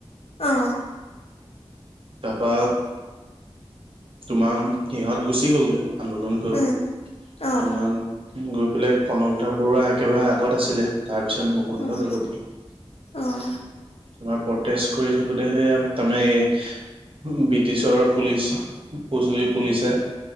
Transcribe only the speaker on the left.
অহ।
উম, অ',
উম,
অ',